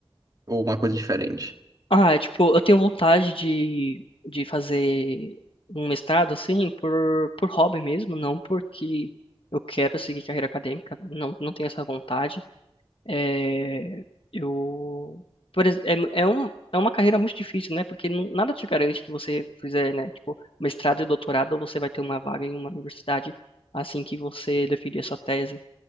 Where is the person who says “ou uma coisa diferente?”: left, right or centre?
Right